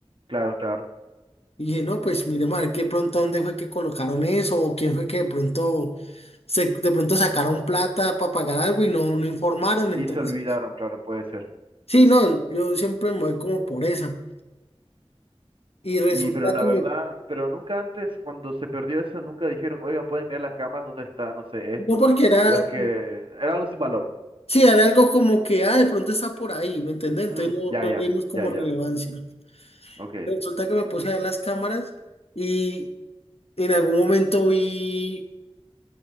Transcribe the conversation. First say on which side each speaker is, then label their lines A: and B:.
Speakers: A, on the right; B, on the left.
A: claro, claro.
B: Y dije, no, pues miremos a ver qué pronto dónde fue que colocaron eso o quién fue que de pronto, se, de pronto sacaron plata para pagar algo y no, no informaron.
A: Y
B: Entonces,
A: se olvidaron, claro, puede ser.
B: sí, no, yo siempre me voy como por esa. Y resulta
A: Y pero la
B: que
A: verdad,
B: me,
A: pero nunca antes, cuando se perdió eso, nunca dijeron, oigan, ¿pueden mirar las cámaras dónde está, no sé, esto?
B: no porque era,
A: ¿O es que era algo sin valor?
B: sí, era algo como que, ah, de pronto está por ahí, ¿me entendés? Entonces
A: Mm,
B: no,
A: ya, ya,
B: no le dimos como
A: ya, ya.
B: relevancia.
A: Ok,
B: Resulta que me puse a ver las cámaras y en algún momento vi